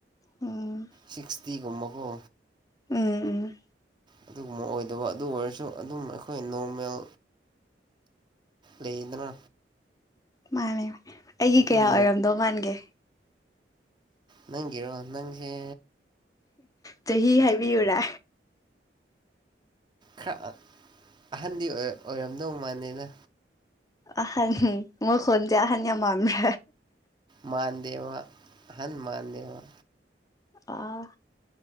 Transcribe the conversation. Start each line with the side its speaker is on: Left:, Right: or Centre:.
Left: ꯎꯝ
Right: ꯁꯤꯁ ꯇꯤꯒꯨꯝꯃꯒꯣ
Left: ꯎꯝ ꯎꯝ
Right: ꯑꯗꯨꯒꯨꯝꯕ ꯑꯣꯏꯗꯕ ꯑꯗꯨ ꯑꯣꯏꯔꯁꯨ ꯑꯗꯨꯝ ꯑꯩꯈꯣꯏ ꯅꯣꯔꯃꯦꯜ ꯂꯩꯗꯅ
Left: ꯃꯥꯅꯦ ꯑꯩꯒꯤ
Right: ꯑꯗꯨꯝ
Left: ꯀꯌꯥ ꯑꯣꯏꯔꯝꯗꯧ ꯃꯥꯟꯒꯦ
Right: ꯅꯪ ꯀꯔꯣ ꯅꯪꯁꯤꯦ
Left: ꯆꯍꯤ ꯍꯥꯏꯕꯤꯌꯨꯔꯦ
Right: ꯈꯔ ꯑꯍꯟꯗꯤ ꯑꯣꯏꯔꯝꯗꯧ ꯃꯥꯥꯟꯂꯅ
Left: ꯑꯍꯅꯤ ꯃꯣꯏ ꯈꯟꯗꯤꯦ ꯑꯍꯥꯅꯤ ꯌꯥꯝ ꯃꯝꯥ
Right: ꯃꯥꯟꯗꯦꯋꯥ ꯍꯟꯨꯃꯥꯟꯗꯦꯋꯥ
Left: ꯑ